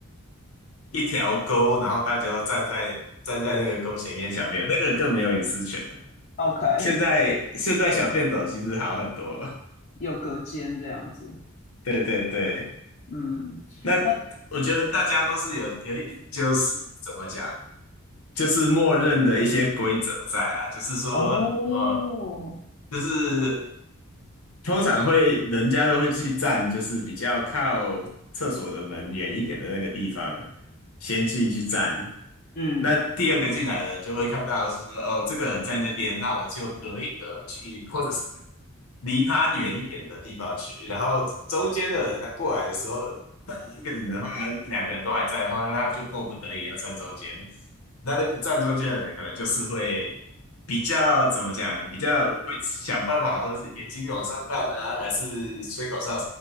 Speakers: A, on the left; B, on the left.
A: 一条沟，然后大家都站在站在那个沟前面小便，那个更没有隐私权。
B: OK，
A: 现在现在小便斗其实好很多，
B: 有隔间这样子，
A: 对对对。
B: 嗯，
A: 那
B: 那
A: 我觉得大家都是有有一点，就是怎么讲？就是默认的一些规则在啊，就是说，
B: 哦，
A: 呃，就是通常会人家都会去站，就是比较靠厕所的门远一点的那个地方，先进去站。
B: 嗯
A: 那第二个进来的就会看到说，哦，这个人在那边，那我就隔一隔去，或者是离他远一点的地方去，然后中间的人他过来的时候，一个人的话，两个人都还在的话，那他就迫不得已要站中间。那那个站中间的人可能就是会比较怎么讲，比较会想办法，或者是眼睛往上看啊，还是吹口哨，